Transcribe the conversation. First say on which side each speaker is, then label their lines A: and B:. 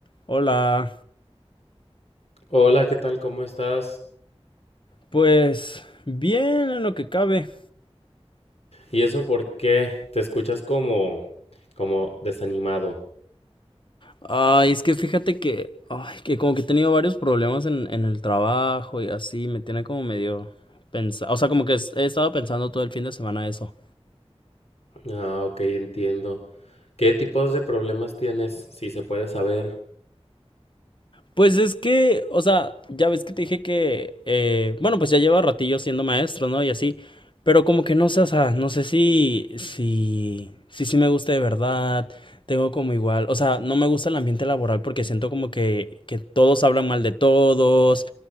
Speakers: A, on the left; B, on the left.
A: Hola,
B: Hola, ¿qué tal? ¿Cómo estás?
A: pues bien en lo que cabe.
B: ¿Y eso por qué? Te escuchas como, como desanimado.
A: Ay, es que fíjate que, ay, que como que he tenido varios problemas en, en el trabajo y así, me tiene como medio pensado, o sea, como que es- he estado pensando todo el fin de semana eso.
B: Ah, ok, entiendo. ¿Qué tipos de problemas tienes? Si se puede saber.
A: Pues es que, o sea, ya ves que te dije que, eh, bueno, pues ya lleva ratillo siendo maestro, ¿no? Y así, pero como que no sé, o sea, no sé si, si, si sí me gusta de verdad, tengo como igual, o sea, no me gusta el ambiente laboral porque siento como que, que todos hablan mal de todos,